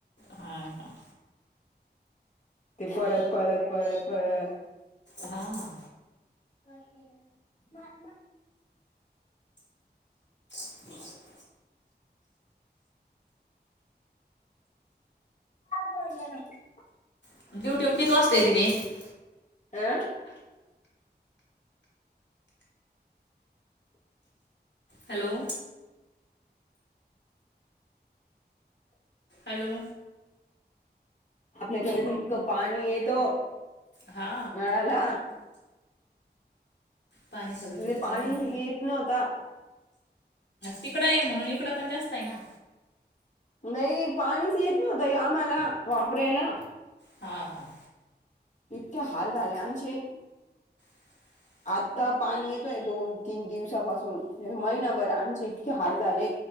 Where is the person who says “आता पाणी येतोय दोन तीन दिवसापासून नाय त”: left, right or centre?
Left